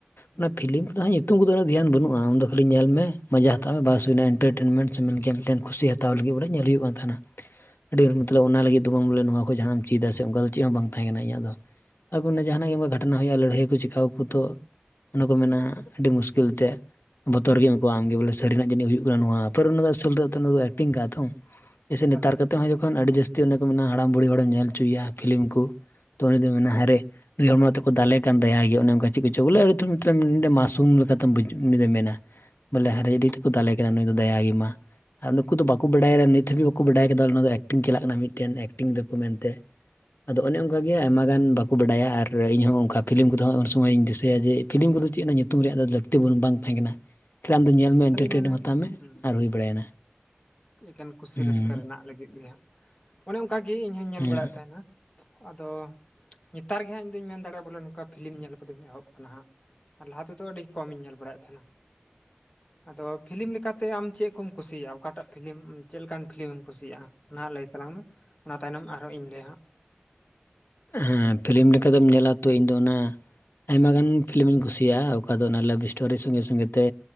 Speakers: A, on the left; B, on the left.
A: ᱦᱩᱸ
B: ᱚᱱᱟ ᱯᱷᱤᱞᱤᱢ ᱠᱚᱫᱚ ᱦᱟᱜ ᱧᱩᱛᱩᱢ ᱠᱚᱫᱚ ᱦᱟᱸᱜ ᱫᱷᱮᱭᱟᱱ ᱵᱹᱱᱩᱜᱼᱟ ᱟᱢ ᱠᱷᱟᱹᱞᱤ ᱧᱮᱞ ᱢᱮ ᱢᱟᱡᱟ ᱦᱟᱛᱟᱣ ᱢᱮ ᱵᱟᱥ ᱦᱩᱭ ᱮᱱᱟ ᱮᱱᱴᱮᱱᱴᱢᱮᱱ ᱥᱮ ᱢᱮᱫ ᱠᱮᱫ ᱴᱮᱱ ᱠᱩᱥᱤ ᱦᱟᱛᱟ ᱦᱟᱛᱟᱣ ᱞᱟᱹᱜᱤᱫ ᱵᱚᱞᱮ ᱧᱮᱞ ᱦᱩᱭᱩᱜ ᱠᱟᱱ ᱛᱟᱦᱮᱱᱟ, ᱟᱹᱰᱤ ᱢᱚᱛᱞᱚᱵ ᱚᱱᱟ ᱞᱟᱹᱜᱤᱫ <unintelligible> ᱵᱚᱞᱮ ᱱᱚᱣᱟ ᱠᱚ ᱡᱟᱦᱟᱱᱟᱜ ᱮᱢ ᱪᱮᱫᱟ ᱥᱮ ᱚᱱᱠᱟ ᱫᱚ ᱪᱮᱫ ᱦᱚᱸ ᱵᱟᱝ ᱛᱟᱦᱮᱸ ᱠᱟᱱᱟ ᱤᱧᱟᱹᱜ ᱫᱚ ᱟᱵᱚ ᱡᱟᱦᱟᱱᱟᱜ ᱜᱮ ᱜᱷᱟᱴᱟᱱᱟ ᱦᱩᱭᱩᱜᱼᱟ ᱞᱟᱹᱲᱦᱟᱹᱭ ᱟᱠᱚ ᱪᱮᱠᱟ ᱟᱠᱚ ᱛᱚ ᱚᱱᱟ ᱠᱚ ᱢᱮᱱᱟ ᱟᱹᱰᱤ ᱢᱩᱥᱠᱤᱞ ᱛᱮ ᱵᱚᱛᱚᱨ ᱜᱮᱢ ᱟᱹᱠᱟᱹᱣᱟ ᱟᱢᱜᱮ ᱵᱚᱞᱮ ᱥᱟᱹᱨᱤ ᱱᱟᱜ ᱡᱟᱹᱱᱤᱡ ᱦᱩᱭᱩᱜ ᱠᱟᱱᱟ ᱱᱚᱣᱟ ᱯᱟᱨ ᱚᱱᱟᱫᱚ ᱟᱥᱚᱞ ᱫᱚ ᱮᱱᱛᱮ <unintelligible> ᱴᱤᱝ ᱜᱟ ᱛᱷᱚᱝ ᱡᱮᱥᱮ
A: ᱮᱠᱟᱞ
B: ᱱᱮᱛᱟᱨ
A: ᱮᱠᱟᱞ
B: ᱠᱟᱛᱮ
A: ᱦᱩᱸ
B: ᱦᱚᱸ ᱡᱚᱠᱷᱚᱱ ᱟᱹᱰᱤ ᱡᱟᱹᱥᱛᱤ ᱪᱮᱫ ᱚᱱᱮ ᱠᱚ ᱢᱮᱱᱟ ᱦᱟᱲᱟᱢ ᱵᱩᱲᱦᱤ ᱦᱚᱲᱮᱢ ᱧᱮᱞ ᱦᱚᱪᱚᱭᱮᱭᱟ ᱯᱷᱤᱞᱤᱢ ᱠᱩ, ᱛᱚ ᱩᱱᱤ ᱫᱚᱭ ᱢᱮᱱᱟ ᱦᱟᱭᱨᱮ ᱱᱩᱭ ᱦᱚᱲ ᱢᱟ ᱱᱤᱛᱚᱜ ᱠᱚ ᱫᱟᱞᱮ ᱠᱟᱱ ᱫᱟᱭᱟ ᱜᱮ᱾ ᱚᱱᱮ ᱚᱱᱠᱟ ᱪᱮᱜ ᱠᱚᱪᱚ ᱵᱚᱞᱮ ᱟᱲᱩᱡ ᱛᱷᱟᱹᱲᱩᱡ
A: ᱦᱩᱸ
B: ᱢᱟᱥᱩᱢ ᱞᱮᱠᱟᱛᱮᱢ ᱵᱩᱡ ᱩᱱᱤᱫᱚᱭ ᱢᱮᱱᱟ, ᱵᱚᱞᱮ
A: ᱮᱠᱟᱞ
B: ᱦᱟᱭᱨᱮ
A: ᱮᱠᱟᱞ
B: ᱟᱹᱰᱤ ᱛᱮᱠᱚ ᱫᱟᱞᱮ ᱠᱟᱱᱟ, ᱱᱩᱭ ᱫᱚ ᱫᱟᱭᱟ ᱜᱮ ᱢᱟ ᱟᱨ ᱱᱩᱠᱩ ᱫᱚ ᱵᱟᱠᱚ ᱵᱟᱰᱟᱭᱟ ᱨᱮ ᱱᱤᱛ ᱦᱟᱹᱵᱤᱡ ᱵᱟᱠᱚ ᱵᱟᱰᱟᱭ ᱠᱮᱫᱟ ᱚᱱᱟ ᱫᱚ ᱮᱠᱴᱤᱝ ᱪᱟᱞᱟᱜ ᱠᱟᱱᱟ ᱢᱤᱫᱴᱮᱱ ᱮᱠᱴᱤᱝ ᱫᱟᱠᱩ ᱢᱮᱱᱛᱮ ᱾ ᱟᱫᱚ ᱚᱱᱮ ᱚᱱᱠᱟ ᱜᱮ ᱟᱭᱢᱟ ᱜᱟᱱ ᱵᱟᱠᱚ ᱵᱟᱰᱟᱭᱟ ᱟᱨ ᱤᱧᱦᱚᱸ ᱚᱝᱠᱟ ᱯᱷᱤᱞᱤᱢ ᱠᱚᱫᱚ ᱦᱚᱸ ᱩᱱ ᱥᱚᱢᱚᱭ ᱤᱧ ᱫᱤᱥᱟᱹᱭᱟ ᱡᱮ ᱯᱷᱤᱞᱤᱢ ᱠᱚᱫᱚ ᱪᱮᱫ ᱚᱱᱟ ᱧᱩᱛᱩᱢ ᱨᱮᱭᱟᱜ ᱫᱚ ᱞᱟᱹᱠᱛᱤ ᱵᱚᱱ ᱵᱟᱝ ᱛᱟᱦᱮᱸ ᱠᱟᱱᱟ ᱠᱷᱟᱹᱞᱤ
A: ᱮᱠᱟᱞ
B: ᱟᱢ ᱫᱚ
A: ᱮᱠᱟᱞ
B: ᱧᱮᱞ ᱢᱮ
A: ᱠᱷᱟᱹᱞᱤ
B: ᱮᱱᱴᱟᱨᱴᱮᱱᱢ
A: ᱢᱮᱱᱟ
B: ᱦᱟᱛᱟᱣ ᱢᱮ
A: ᱦᱩᱸ
B: ᱟᱨ ᱦᱩᱭ ᱵᱟᱲᱟᱭᱮᱱᱟ
A: ᱮᱠᱟᱞ ᱠᱩᱥᱤ
B: ᱦᱮᱸ
A: ᱨᱟᱹᱥᱠᱟᱹ ᱨᱮᱱᱟᱜ ᱞᱟᱹᱜᱤᱫ ᱜᱮ ᱦᱟᱸᱜ ᱚᱱᱮ ᱚᱱᱠᱟᱜᱮ ᱤᱧ ᱦᱚᱧ ᱧᱮᱞ
B: ᱦᱮᱸ
A: ᱵᱟᱲᱟᱭᱮᱫ ᱛᱟᱦᱮᱱᱟ ᱟᱫᱚ ᱱᱮᱛᱟᱨ ᱜᱮ ᱦᱟᱸᱜ ᱤᱧᱫᱩᱧ ᱢᱮᱱ ᱫᱟᱲᱮᱜᱼᱟ ᱵᱚᱞᱮ ᱱᱚᱝᱠᱟ ᱯᱷᱤᱞᱤᱢ ᱧᱮᱞ ᱠᱚᱫᱚᱧ ᱮᱦᱚᱵ ᱟᱠᱟᱱᱟ ᱦᱟᱸᱜ ᱟᱨ ᱞᱟᱦᱟ ᱛᱮᱫᱚ ᱟᱹᱰᱤ ᱠᱚᱢ ᱤᱧ ᱧᱮᱞ ᱵᱟᱲᱟᱭᱮᱫ ᱛᱟᱦᱮᱱᱟ ᱟᱫᱚ ᱯᱷᱤᱞᱤᱢ ᱞᱮᱠᱟᱛᱮ ᱟᱢ ᱪᱮᱜ ᱠᱚᱢ ᱠᱩᱥᱤᱭᱟᱜᱼᱟ ᱚᱠᱟᱴᱟᱜ ᱯᱷᱤᱞᱤᱢ, ᱪᱮᱫ ᱞᱮᱠᱟᱱ ᱯᱷᱤᱞᱤᱢ ᱮᱢ ᱠᱩᱥᱤᱭᱟᱜ-ᱟ ᱚᱱᱟ ᱦᱟᱸᱜ ᱞᱟᱹᱭ ᱛᱟᱞᱟᱝ ᱢᱮ ᱚᱱᱟ ᱛᱟᱭᱱᱚᱢ ᱟᱨᱦᱚᱸ ᱤᱧ ᱞᱟᱹᱭᱟ ᱦᱟᱸᱜ
B: ᱦᱮᱸ ᱯᱷᱤᱞᱤᱢ ᱞᱮᱠᱟ ᱞᱮᱠᱟᱫᱚᱢ ᱧᱮᱞᱟ ᱛᱚ ᱤᱧ ᱫᱚ ᱚᱱᱟ ᱟᱭᱢᱟ ᱜᱟᱱ ᱯᱷᱤᱞᱤᱢᱤᱧ ᱠᱩᱥᱤᱭᱟᱜ-ᱟ ᱚᱠᱟ ᱫᱚ ᱚᱱᱟ ᱞᱟᱵᱷ ᱤᱥᱴᱳᱨᱤ ᱥᱚᱸᱜᱮ ᱥᱚᱸᱜᱮ ᱛᱮ